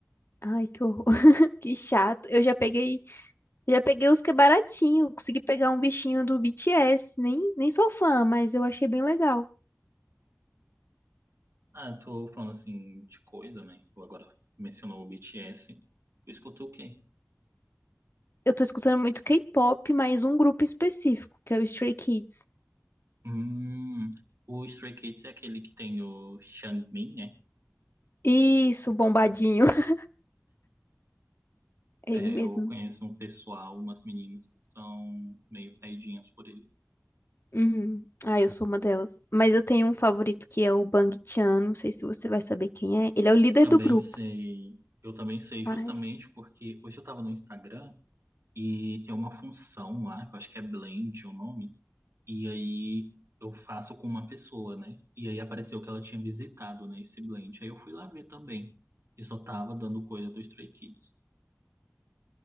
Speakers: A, on the left; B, on the right.
A: Ai, que horror, <laughs> que chato. Eu já peguei, já peguei os que é baratinho, consegui pegar um bichinho do BTS, nem, nem sou fã, mas eu achei bem legal.
B: Ah, tô falando assim de coisa, né? Tu Agora mencionou o BTS. Tu escutou o quê?
A: Eu tô escutando muito K-pop, mas um grupo específico, que é o Stray Kids.
B: Hum, o Stray Kids é aquele que tem o Xiangmin, né?
A: Isso, bombadinho. <laughs> É
B: É,
A: ele mesmo.
B: eu conheço um pessoal, umas meninas que são meio caidinhas por ele.
A: Uhum. Ah, eu sou uma delas. Mas eu tenho um favorito que é o Bang Chan, não sei se você vai saber quem é. Ele é o líder
B: Também
A: do grupo.
B: sei. Eu também sei justamente
A: Ai.
B: porque hoje eu tava no Instagram. E tem uma função lá, que eu acho que é blend é o nome, e aí eu faço com uma pessoa, né? E aí apareceu que ela tinha visitado, né, esse blend. Aí eu fui lá ver também. E só tava dando coisa do Stray Kids.